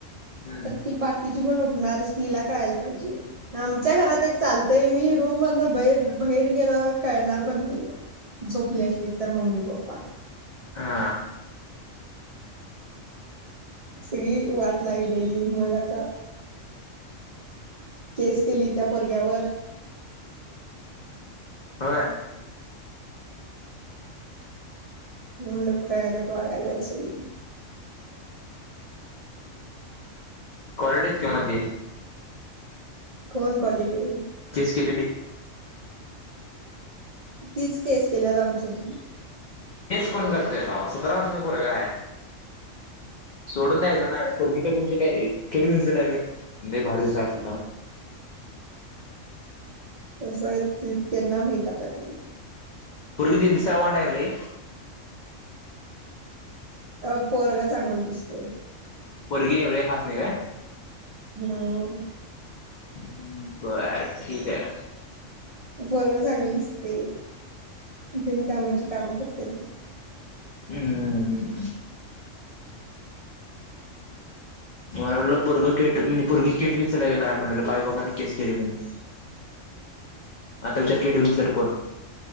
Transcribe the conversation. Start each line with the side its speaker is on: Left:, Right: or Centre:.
Left: हम्म
Right: तर त बाकिची पण णार किला कळायला पाहिजे आमच्या घरात एक चालतय मी रूम मध बर बाहेर गेल कळणार पण नाही झोपली असली तर मम्मी पप्पा
Left: हा
Right: सगळी वाट लागलेली मग आता केस केली त्या पोरग्यावर
Left: हो
Right: मी म्हणलं खुळ्यागत वागल्यात सगळी
Left: कॉलीटी हायत कि मग ती
Right: कोण क्वालिटी आहे?
Left: केस केलेली.
Right: तीच केस केल्या आमच्यात
Left: हेच कोण करतोय भा सतरा वर्षाचा पोरग आहे सोडून द्यायचं ना ज का आहे कड घलेलाे लई भारी दिसलीस
Right: तस आहे त्यांना माहीत आता ते
Left: पोरगी दिसाय वांड आहे काय लई
Right: अ पोरग चांगलं दिसते
Left: पोरगी एवढेकाय खास नाही का
Right: हम
Left: हम् बर ठीक आहे
Right: पोरग चांगल दिसत बिनकामाची कामं कर ते
Left: हम् मला वाटलं पोरग पोरगी केट विनट आहे का काय म्हण बाई बाबाांनी केस केली म्हणजे आता विचार केट विनसेट कोण